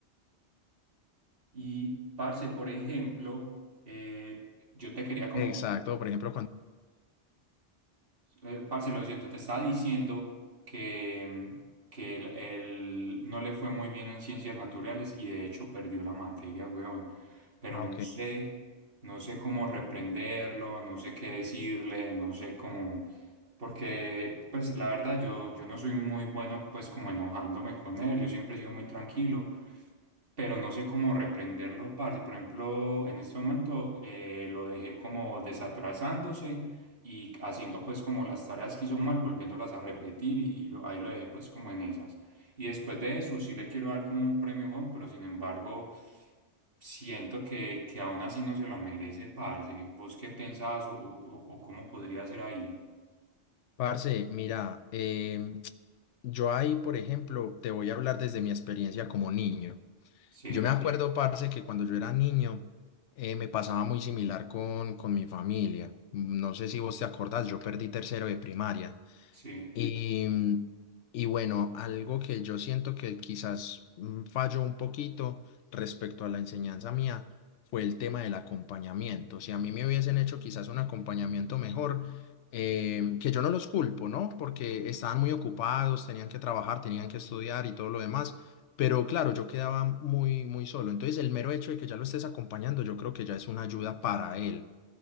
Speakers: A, on the right; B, on the left.
A: Y, parce, por ejemplo, eh, yo te quería como...
B: exacto. Por ejemplo, cuando...
A: Eh, parce, lo siento, te estaba diciendo que, mm, que él, él no le fue muy bien en ciencias naturales y de hecho perdió la materia, weón. Pero
B: Ah,
A: no
B: ok.
A: sé, no sé cómo reprenderlo, no sé qué decirle, no sé cómo... Porque, pues, la verdad, yo, yo no soy muy bueno, pues, como enojándome con él, yo siempre he sido muy tranquilo pero no sé cómo reprenderlo, parce. Por ejemplo, en este momento eh, lo dejé como desatrasándose y haciendo pues como las tareas que hizo mal, volviéndolas a repetir y, y lo- ahí lo dejé pues como en esas. Y después de eso sí le quiero dar como un premio, weón, pero sin embargo siento que, que aún así no se lo merece, parce. ¿Vos qué pensás o, o, o- o cómo podría ser ahí?
B: Parce, mira, em, yo ahí, por ejemplo, te voy a hablar desde mi experiencia como niño.
A: Sí,
B: Yo me Sí. acuerdo, parce, que cuando yo era niño eh, me pasaba muy similar con, con mi familia. No sé si vos te acordás, yo perdí tercero de primaria.
A: sí,
B: Y, mm, y bueno, algo que yo siento que quizás mm, falló un poquito respecto a la enseñanza mía fue el tema del acompañamiento. Si a mí me hubiesen hecho quizás un acompañamiento mejor, eh, que yo no los culpo, ¿no? Porque estaban muy ocupados, tenían que trabajar, tenían que estudiar y todo lo demás, pero claro, yo quedaba muy, muy solo. Entonces, el mero hecho de que ya lo estés acompañando, yo creo que ya es una ayuda para él.